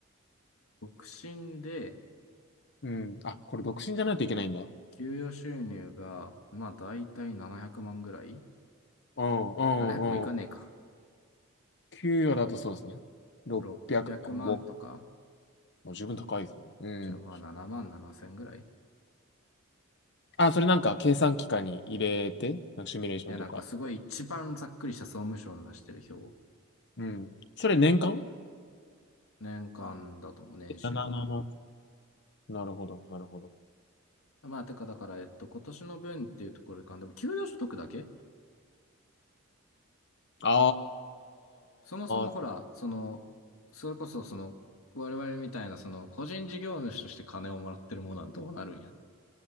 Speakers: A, on the left; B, on the left.
A: 独身で、
B: うん。あ、これ独身じゃないといけないんだ。
A: 給与収入が、まあ、だいたい700万ぐらい
B: うんうんうん。
A: ?700 もいかねえか。
B: 給与だとそうですね。600万ぼ。
A: 600万とか
B: もう十分高いですね。うん。
A: じゃあまあ7万7千ぐらい
B: あ、それなんか計算機械に入れて、なんかシミュレーションとか。
A: え、なんかすごい一番ざっくりした総務省の出してる表。
B: うん。それ年間
A: 年間だと思う。年収だと思
B: ?777 なるほど、なるほど。
A: う。まあ、てかだから、えっと、今年の分っていうところでか、でも給与所得だけ
B: あ
A: そもそもほら、
B: ー、
A: その、それこそその、我々みたいなその、個人事業主として金をもらってるものはどうなるんや。